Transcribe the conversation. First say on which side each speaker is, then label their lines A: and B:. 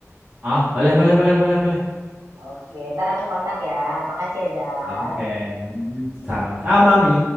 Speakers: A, on the right; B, on the right.
A: ah, boleh boleh boleh boleh boleh.
B: Oke, ntar aku kontak ya. Makasih ya, Zal.
A: Oke, sama-sama Mi.